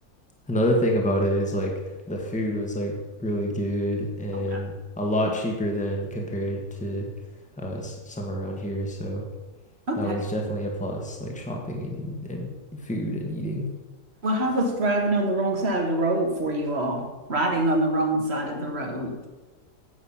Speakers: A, in the centre; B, on the right.
A: Another thing about it is like the food was like really good and
B: Oh,
A: a lot cheaper than compared to uh s- somewhere around here. So
B: Okay.
A: that was definitely a plus, like shopping and and food and eating.
B: Well, how was driving on the wrong side of the road for you all? Riding on the wrong side of the road.